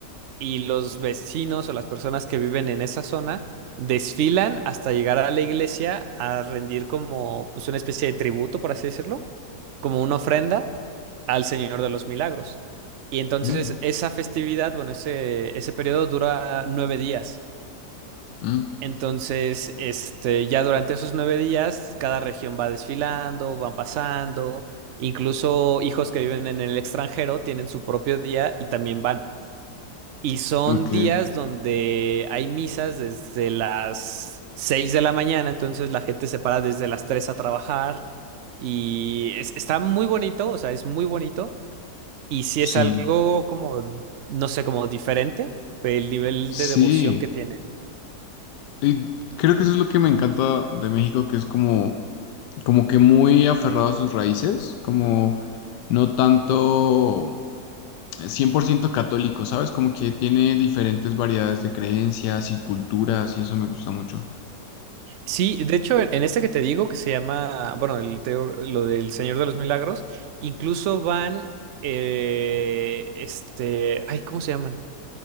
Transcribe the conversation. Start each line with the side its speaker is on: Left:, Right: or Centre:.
Right: y los vecinos o las personas que viven en esa zona desfilan hasta llegar a la iglesia a rendir como pues una especie de tributo, por así decirlo, como una ofrenda al Señor de los Milagros. Y entonces
Left: mm,
Right: esa festividad, bueno, ese, ese periodo dura nueve días.
Left: mm,
Right: Entonces, este, ya durante esos nueve días, cada región va desfilando, van pasando, incluso hijos que viven en el extranjero tienen su propio día y también van. Y son
Left: ok.
Right: días donde hay misas desde las seis de la mañana, entonces la gente se para desde las tres a trabajar y es- está muy bonito, o sea, es muy bonito y si
Left: Sí.
Right: es algo como, no sé, como diferente, el nivel
Left: Sí.
Right: de devoción que tiene.
Left: Y creo que eso es lo que me encanta de México, que es como como que muy aferrado a sus raíces, como no tanto 100% católico, ¿sabes? Como que tiene diferentes variedades de creencias y culturas y eso me gusta mucho.
Right: Sí, de hecho, en, en este que te digo, que se llama, bueno, el, te digo, lo del Señor de los Milagros, incluso van, eh, este, ay, ¿cómo se llaman?